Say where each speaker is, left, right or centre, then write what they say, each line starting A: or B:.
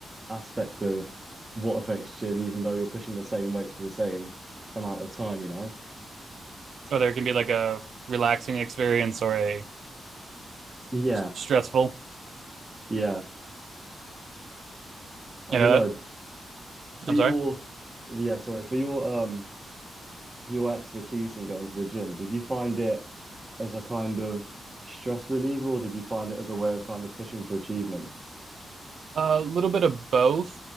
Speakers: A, on the right; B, on the right.
A: aspect of what affects gym, even though you're pushing the same weights for the same amount of time, you know?
B: or there can be like a relaxing experience or a
A: Yeah,
B: stressful
A: yeah. I
B: you
A: don't
B: know
A: know.
B: that
A: For
B: i'm
A: your,
B: sorry
A: yeah, sorry, for your um your expertise in going to the gym, did you find it as a kind of stress reliever or did you find it as a way of kind of pushing for achievements?
B: a uh, little bit of both